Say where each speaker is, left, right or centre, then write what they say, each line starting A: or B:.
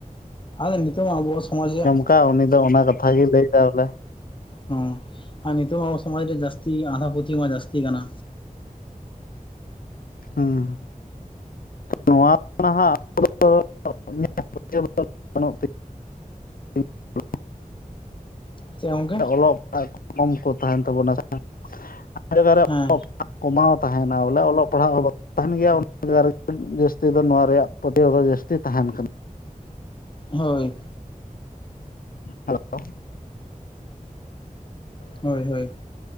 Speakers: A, on the left; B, on the left.
A: ᱟᱫᱚ ᱱᱤᱛᱚᱜ ᱢᱟ ᱟᱵᱚ ᱥᱚᱢᱟᱡᱽ ᱨᱮᱭᱟᱜᱼᱼ
B: ᱚᱠᱟ ᱩᱱᱤ ᱫᱚ ᱚᱱᱟ ᱠᱟᱛᱷᱟ ᱜᱮ ᱞᱟᱹᱭ ᱫᱟ ᱵᱚᱞᱮ
A: ᱦᱩᱸ ᱟᱨ ᱱᱤᱛᱚᱜ ᱚᱥᱚᱢᱚᱭ ᱨᱮ ᱡᱟᱹᱥᱛᱤ ᱟᱸᱫᱷᱟ ᱯᱟᱹᱛᱭᱟᱹᱣ ᱢᱟ ᱡᱟᱹᱥᱛᱤ ᱠᱟᱱᱟ
B: ᱦᱩᱸ ᱱᱚᱣᱟ ᱛᱚᱦᱟᱜ ᱼᱼ <unintelligible> ᱼᱼ
A: ᱪᱮᱫ ᱜᱚᱝᱠᱮ?
B: ᱚᱞᱚᱜ ᱠᱚᱢ ᱠᱚ ᱛᱟᱦᱮᱱ ᱛᱟᱵᱚᱱᱟ ᱡᱟᱸᱦᱟ, ᱡᱟᱭᱜᱟ ᱨᱮ
A: ᱦᱮᱸ
B: <unintelligible> ᱼᱼ ᱠᱚᱢᱟᱣ ᱛᱟᱦᱮᱱᱟ ᱵᱚᱞᱮ ᱚᱞᱚᱜ ᱯᱟᱲᱦᱟᱜ ᱟᱞᱚ ᱼ ᱛᱟᱦᱮᱱ ᱜᱮᱭᱟ ᱚᱱᱟ ᱨᱮ ᱡᱟᱹᱥᱛᱤ ᱫᱚ ᱱᱚᱣᱟ ᱨᱮᱭᱟᱜ ᱯᱚᱛᱭᱟᱹᱣ ᱫᱚ ᱡᱟᱹᱥᱛᱤ ᱛᱟᱦᱮᱱ ᱠᱟᱱᱟ
A: ᱦᱳᱭ
B: ᱦᱮᱞᱳ
A: ᱦᱳᱭ ᱦᱳᱭ